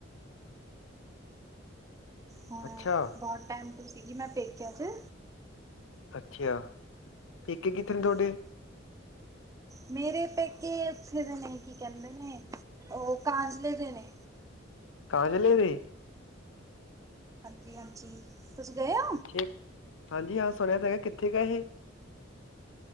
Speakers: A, on the right; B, on the left.
A: ਹੁਣ
B: ਅੱਛਾ
A: ਬਹੁਤ ਟਾਈਮ ਤੋਂ ਸੀਗੀ ਮੈਂ ਪੇਕਿਆ 'ਚ
B: ਅੱਛਾ ਪੇਕੇ
A: ਹਾਂਜੀ
B: ਕਿੱਥੇ ਨੇ ਤੁਹਾਡੇ
A: ਮੇਰੇ ਪੇਕੇ ਉੱਥੇ ਦੇ ਨੇ ਕੀ ਕਹਿੰਦੇ ਨੇ ਉਹ ਕਾਂਜਲੇ ਦੇ ਨੇ
B: ਕਾ ਚ ਲ ਦੇ
A: ਹਾਂਜੀ ਹਾਂਜੀ ਤੁਸੀਂ ਗਏ ਹੋ
B: ਅੱਛੇ ਹਾਂਜੀ ਹਾਂ ਸੁਣਿਆ ਤਾਂ ਹੈਗਾ ਕਿੱਥੇ ਗ ਇਹ